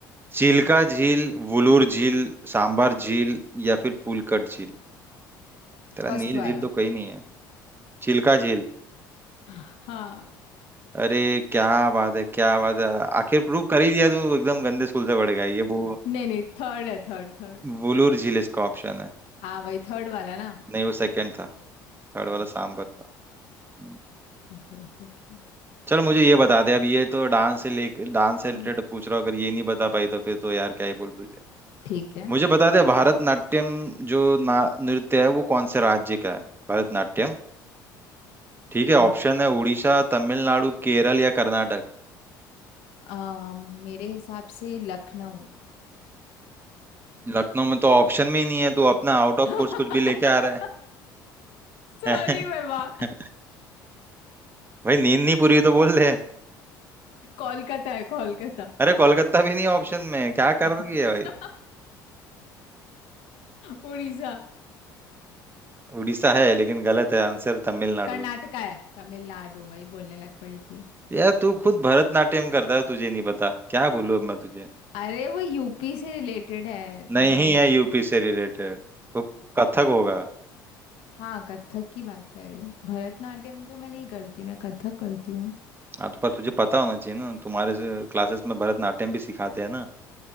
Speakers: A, on the right; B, on the left.
A: चिल्का झील वुलूर झील सांभर झील या फिर पुलकट झील तेरा
B: फर्स्ट
A: नील
B: वाला
A: झील तो कहीं नहीं है चिल्का झील
B: हाँ
A: अरे क्या बात है क्या बात है आखिर प्रूव कर ही दिया तू एकदम गंदे स्कूल से पड़ेगा ये वो
B: नहीं नहीं थर्ड है थर्ड थर्ड
A: वुलूर झील इसका ऑप्शन है
B: हाँ वही थर्ड वाला ना
A: नहीं वो सेकंड था थर्ड वाला
B: अच्छा
A: सांभर था हम्म।
B: Okay okay okay
A: चल मुझे ये बता दे अब ये तो डांस से ले डांस से रिलेटेड
B: हाँ
A: पूछ रहा हूँ अगर ये नहीं बता पाई तो फिर तो यार क्या ही बोल तुझे
B: ठीक है
A: मुझे बता दे भारतनाट्यम जो ना नृत्य है वो कौन से राज्य का है भारतनाट्यम ठीक है ऑप्शन
B: हम्म।
A: है उड़ीसा तमिलनाडु केरल या कर्नाटक
B: अम, मेरे हिसाब से लखनऊ
A: लखनऊ में तो ऑप्शन में ही नहीं है तू अपना आउट ऑफ कोर्स
B: <laughs>
A: कुछ भी लेके आ रहा
B: सॉरी
A: है <laughs>
B: बाबा
A: भाई नींद नहीं पूरी हुई तो बोल दे
B: कोलकाता है कोलकाता
A: अरे कोलकाता भी नहीं ऑप्शन में क्या कर रही
B: अच्छा
A: है भाई
B: उड़ीसा
A: उड़ीसा है लेकिन गलत है आंसर तमिलनाडु
B: कर्नाटका
A: है
B: है तमिलनाडु वही बोलने लग पड़ी थी
A: यार तू खुद भरतनाट्यम करता है तुझे नहीं पता क्या बोलूं अब मैं तुझे
B: अरे वो यूपी से रिलेटेड है
A: नहीं
B: जो अभी
A: है यूपी से रिलेटेड तो कथक होगा
B: हाँ कथक की बात कर रही हूँ भरतनाट्यम तो मैं नहीं करती मैं कथक करती हूँ
A: हाँ तो पर तुझे पता होना चाहिए ना तुम्हारे क्लासेस में भरतनाट्यम भी सिखाते हैं ना